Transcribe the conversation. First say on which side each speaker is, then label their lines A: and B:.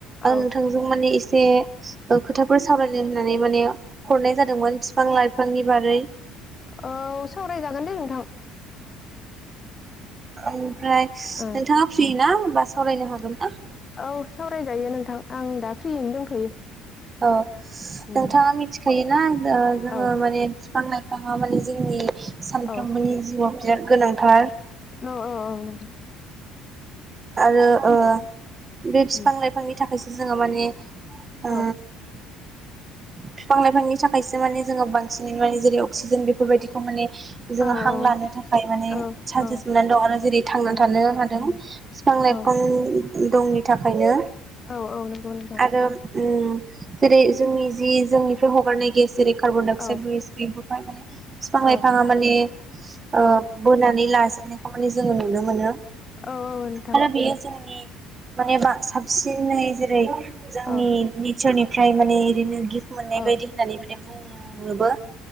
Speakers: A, on the right; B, on the left.
A: आं
B: औ
A: नोंथांजों माने एस एसे खोथाफोर सावरायनो होननानै माने हरनाय जादोंमोन बिफां लाइफांनि बारै
B: औ सावरायजागोन दे नोंथां।
A: औ फ्राय नोंथाङा
B: ओ
A: फ्रि ना बा सावरायनो हागोन ना
B: औ सावरायजायो नोंथां आं दा फ्रियैनो दंथ'यो
A: औ
B: उम
A: नोंथाङा मिथिखायोना ओ जोङो
B: औ
A: माने बिफां लाइफाङा माने जोंनि सानफ्रोमबोनि
B: औ
A: जिउआव बिराद गोनांथार
B: औ औ औ नों
A: आरो ओ बे बिफां
B: उम
A: लाइफांनि थाखायसो जोङो माने ओ
B: औ
A: बिफां लाइफांनि थाखायसो माने जोङो बांसिनैनो माने जेरै अक्सिजेन बेफोरबायदिखौ माने जोङो
B: औ
A: हां
B: औ
A: लानो थाखाय माने
B: औ
A: चान्सेस
B: औ
A: मोननानै दं आरो जेरै थांनानै
B: उम
A: थानो हादों
B: उम
A: बिफां लाइफां
B: औ
A: दंनि थाखायनो
B: औ औ नंगौ नोंथां
A: आरो उम जेरै जोंनि जि जोंनिफ्राय हगारनाय गेस जेरै कार्बन डाइ अक्साइद
B: औ
A: गेस बेफोरखौहाय माने बिफां
B: औ
A: लाइफाङा माने ओ
B: औ
A: बोनानै ला नाजोबनायखौ मानानि जोङो नुनो मोनो
B: औ औ नोंथां
A: आरो बे जोंनि मानेबा साबसिनै जेरै जोंनि
B: औ
A: इसोरनिफ्राय माने ओरैनो गिफ्ट मोननाय
B: औ
A: बदि होननानै माने बुङो ओ नुबो